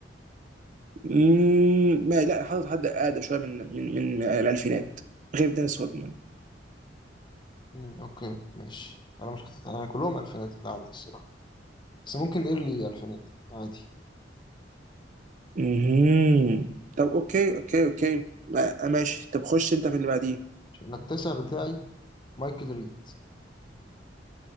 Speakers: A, on the right; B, on the left.
A: مم، ما لا حاطط حد اقدم شويه من من من الالفينات غير دينيس رودمان
B: امم اوكي ماشي انا مش حاطط يعني كلهم الفينات اللي عندي الصراحة بس ممكن ايرلي الفينات عادي
A: مهم. طب اوكي اوكي اوكي ما- ماشي طب خش انت في اللي بعديه
B: عشان التاسع بتاعي مايكل ريد